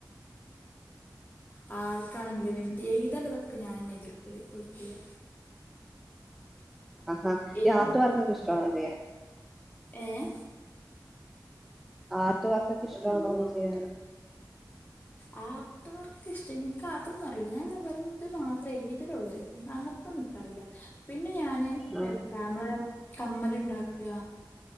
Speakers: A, on the left (about 25°); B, in the centre.
A: ആ ആർക്കാണെങ്കിലും എന്ത് എഴുതാള്ളതൊക്കെ ഞാൻെ തന്നെ എഴുതികൊടുക്കല് ഓൽക്കില്ലേ
B: ആഹാ
A: എഴുതി
B: ആട്ട
A: വെക്ക്
B: വർക്കെനിക്ക്
A: ആഹ്
B: ഇഷ്ടണ അത
A: ഏഹ്
B: ആർട്ട് വർക്ക ഒക്കെ ഇഷ്ടമാണോ ചെയ്യ
A: ആക് <unintelligible> ഇർക്ക ഇഷ്ടം ഇൻക്കതന്നും ഞാൻ വെറുത് മാത്രമേ ഇതലുള്ളൂ അങ്ങനത്തെന്നുംനിക്കറിയില്ല പിന്നെ ഞാന്
B: ആഹ്
A: എത്താ നമ്മള് കമ്മലുണ്ടാക്കുക